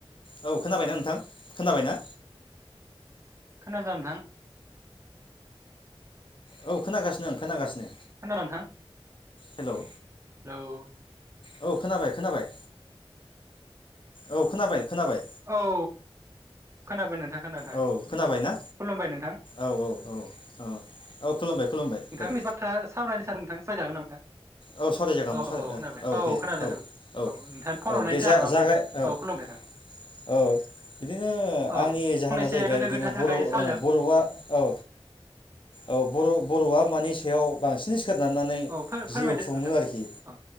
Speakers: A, on the left (about 55°); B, on the right (about 30°).
A: औ खोनाबायना नोंथां खोनाबाय ना
B: खोनादोंना नोंथां
A: औ खोनागासिनो आं खोनागासिनो
B: खोनादों ना नोंथां
A: हेलौ
B: <unintelligible>
A: औ खोनाबाय खोनाबाय औ खोनाबाय खोनाबाय
B: औ खोनाबाय नोंथां खोनादों
A: औ खोनाबाय ना
B: खुलुमबाय नोंथां
A: औ - औ - औ - औ - औ खुलुमबाय खुलुमबाय
B: नोंथांनि
A: औ
B: बाथ्रा सावरायनो सानो नोंथां <inaudible>
A: औ सावराय जागोन
B: औ
A: सावराय
B: औ
A: जागोन
B: खोनाबाय
A: औ दे
B: खोनादों
A: औ
B: नोंथां
A: - औ
B: नोंथां
A: -
B: फन
A: औ
B: हरनायनि
A: दे जा-जा-जागाय
B: जाहोना मामोन नोंथां
A: औ
B: खुलुमबाय नोंथां
A: - औ बिदिनो बिदिनो
B: औ
A: आंनि जाहोना
B: फंनैसो
A: जाहैबाय
B: गोदो
A: बिदिनो
B: गोदायनि
A: बरओ
B: थाखाय सावरायजा
A: बरआ औ औ बर बरआ मानि बेयाव बांसिन सो नारनानै
B: औ फोरमायदो
A: जिउ खुङो
B: नोंथां
A: आरोखि
B: औ